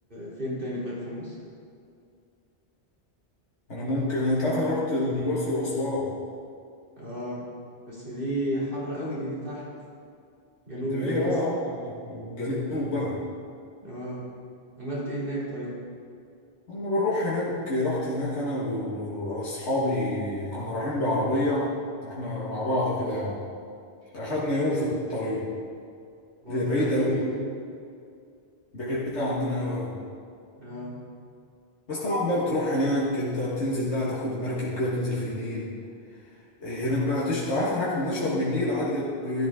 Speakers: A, on the right (about 50°); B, on the left (about 90°).
A: فين تاني طيب في مصر
B: انا ممكن انت عارف انا رحت الاقصر واسوان
A: اه بس دي حر قوي دي, دي تحت جنوب
B: دي هي
A: مصر
B: بقى اه الجنوب بقى
A: اه عملت ايه هناك طيب
B: كنا بنروح هناك رحت هناك انا و- واصحابي كنا رايحين بعربية احنا مع بعض كده يعني اخدنا يوم
A: اه
B: في الطريق
A: هو
B: هي
A: طريقها
B: بعيدة
A: طويل
B: اوي بعيدة عننا اوي آه.
A: اه
B: بس طبعا بقى بتروح هناك انت بتنزل بقى تاخد المركب كده بتنزل في النيل إيه، هناك بقى تش تعرف هناك بنشرب من النيل عادي كده ب-